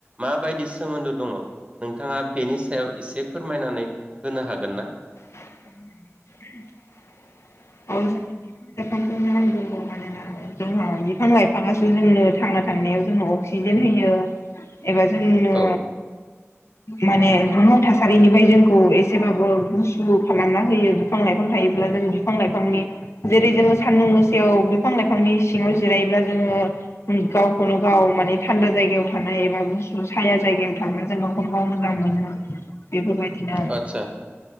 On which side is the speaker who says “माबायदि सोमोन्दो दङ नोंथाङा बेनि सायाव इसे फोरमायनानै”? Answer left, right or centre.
Right